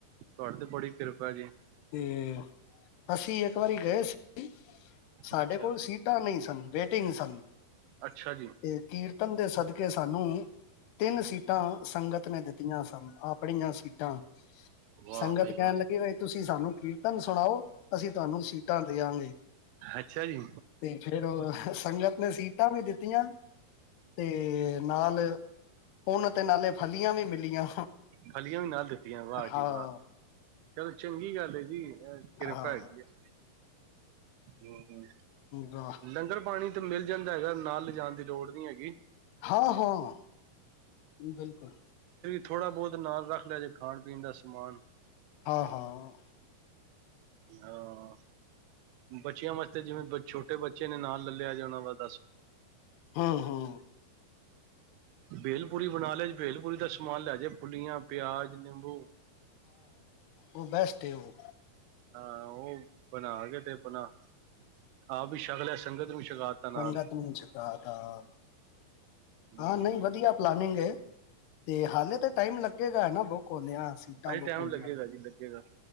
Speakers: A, on the right; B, on the left.
A: ਤੁਹਾਡੇ ਤੇ ਬੜੀ ਕਿਰਪਾ ਜੀ।
B: ਤੇ ਅਸੀਂ ਏਕ ਵਾਰੀ ਗਏ ਸੀ। ਸਾਡੇ
A: ਅੱਛਾ।
B: ਕੋਲ ਸੀਟਾਂ ਨਹੀਂ ਸਨ ਵੇਟਿੰਗ ਸਨ,
A: ਅੱਛਾ ਜੀ,
B: ਤੇ ਕੀਰਤਨ ਦੇ ਸਦਕੇ ਸਾਨੂੰ ਤਿੰਨ ਸੀਟਾਂ ਸੰਗਤ ਨੇ ਦਿੱਤੀਆਂ ਸਨ, ਆਪਣੀਆਂ ਸੀਟਾਂ।
A: ਵਾਹ
B: ਸੰਗਤ
A: ਬਈ ਵਾਹ,
B: ਕੈਣ ਲੱਗੀ ਬਈ ਤੁਸੀਂ ਸਾਨੂੰ ਕੀਰਤਨ ਸੁਣਾਓ ਅਸੀਂ ਤੂਵਾਨੂੰ ਸੀਟਾਂ ਦੇਆਂਗੇਂ।
A: ਅੱਛਾ ਜੀ,
B: ਤੇ ਫੇਰ ਸੰਗਤ ਨੇ ਸੀਟਾਂ ਵੀ ਦਿੱਤੀਆਂ। ਤੇ ਨਾਲ ਪੂਨ ਤੇ ਨਾਲੇ ਫਲੀਆਂ ਵੀ ਮਿਲੀਆਂ।
A: ਫਲੀਆਂ ਵੀ ਨਾਲ ਦਿੱਤੀਆਂ ਵਾਹ
B: ਹਾਂ
A: ਜੀ ਵਾਹ, ਚਲੋ ਚੰਗੀ ਗੱਲ ਏ ਜੀ। ਬਸ ਕਿਰਪਾ
B: ਹਮ,
A: ਹੈਗੀ ਐਂ। ਹੂੰ। ਹੂੰ,
B: ਵਾਹ।
A: ਲੰਗਰ ਪਾਣੀ ਤੇ ਮਿਲ ਜਾਣ ਹੈਗਾ ਨਾਲ ਲੇਜਾਣ ਦੀ ਲੋੜ ਨੀ ਹੈਗੀ।
B: ਹਾਂ ਹਾਂ ਬਿਲਕੁਲ।
A: ਥੋੜ੍ਹਾ ਬੌਤ ਨਾਲ ਰੱਖ ਲਿਆ ਜੇ ਖਾਣ-ਪੀਣ ਦਾ ਸਮਾਨ।
B: ਹਾਂ ਹਾਂ।
A: ਹਾਂ, ਬੱਚਿਆਂ ਵਾਸਤੇ ਜਿਵੇਂ ਛੋਟੇ ਬੱਚੇ ਨੇ ਨਾਲ ਲਲਿਆ ਜੇ ਔਣਾ ਵਾਸ
B: ਹੂੰ-ਹੂੰ
A: ਬੇਲਪੂਰੀ ਬਣਾ ਲਿਆ ਜ ਬੇਲਪੂਰੀ ਦਾ ਸ਼ ਸਮਾਨ ਲੈ ਜੇ ਫੁਲੀਆਂ, ਪਿਆਜ, ਨਿੰਬੂ।
B: ਔ ਬੈਸਟ ਹੈ ਓਹ।
A: ਹਾਂ ਓਹ ਬਣਾ ਕੇ ਤੇ ਅਪਣਾ ਆਪ ਵੀ ਛਕ ਲਿਆ ਸੰਗਤ ਨੂੰ ਛਕਾ ਤਾ ਨਾਲ।
B: ਸੰਗਤ ਨੂੰ ਵੀ ਛੱਕਾ ਤਾਂ।
A: ਹੂੰ
B: ਹਾਂ ਨਹੀਂ ਵਧੀਆ ਪਲਾਨਿੰ ਗੇਂ। ਤੇ ਹਾਲੇ ਤੇ ਟਾਈਮ ਲੱਗੇਗਾ ਨਾ ਬੁੱਕ ਹੋਦਆਂ ਸੀਟਾਂ
A: ਹਾਂਜੀ ਟਾਈਮ
B: ਬੁੱਕ ਹੋੰਦਆਂ।
A: ਲੱਗੇਗਾ ਜੀ ਲੱਗੇਗਾ ਹਾਂ,